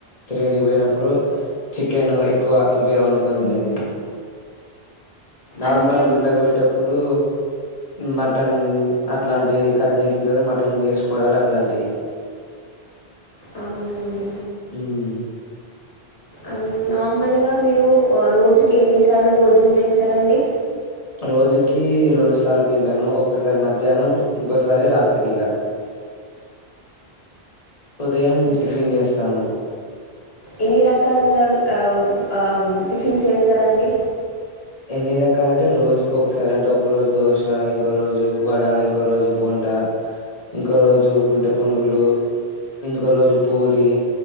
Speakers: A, on the left; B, on the left.
A: తిరగనికిపోయినప్పుడు చికెన్ ఎక్కువ ఇవే వండుకొని తినేది నార్మల్
B: అంటే
A: గుళ్ళకి పోయేటప్పుడు మటన్ అట్లాంటి క జేసిన మటన్ చేసుకోవడాలుఅట్లాంటివి
B: అవున అండి
A: ఉమ్
B: అమ్, నార్మల్గా మీరు రోజుకి ఎన్నిసార్లు భోజనం చేస్తారండి
A: రోజుకి రెండు సార్లు తింటాను ఒక్కసారి మధ్యాహ్నం ఇంకోసారి రాత్రి ఇగా ఉదయం
B: మ్,
A: టిఫిన్ చేస్తాను
B: ఎన్ని రకాల అ ఆ టిఫిన్స్ చెస్తారండి
A: ఎన్ని రకాల అంటే రోజుకు ఒకసారి అంటే ఒక రోజు దోశ ఇంకో రోజు వడ ఇంకో రోజు బొండా ఇంకో రోజు గుంటె పొనుగులు ఇంకో రోజు పూరి